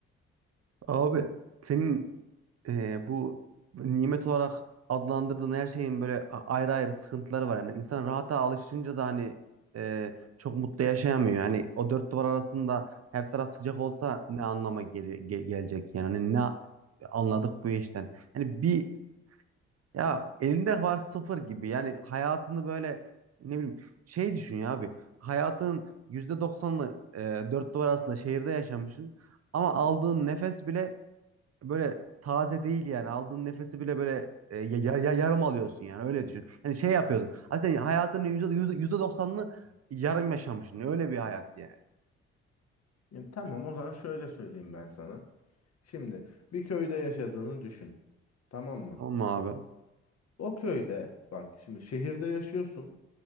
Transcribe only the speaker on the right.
Abi senin e, bu nimet olarak adlandırdığın her şeyin böyle a- ayrı ayrı sıkıntıları var. Yani insan rahata alışınca da hani e, çok mutlu yaşayamıyor. Yani o dört duvar arasında her taraf sıcak olsa ne anlama geri- ge- gelecek yani Hani ne anladık bu işten. Yani bir ya elinde var sıfır gibi yani hayatını böyle ne bileyim şey düşün ya abi hayatın yüzde doksanını e, dört duvar arasında şehirde yaşamışsın ama aldığın nefes bile böyle taze değil yani. Aldığın nefesi bile böyle e, ya, ya- ya- yarım alıyorsun yani. Öyle düşün. Yani şey yapıyorsun. Hani sen hayatının yüzde, yüzde, %90'ını yarım yaşamışsın. Öyle bir hayat yani.
Tamam mı abi?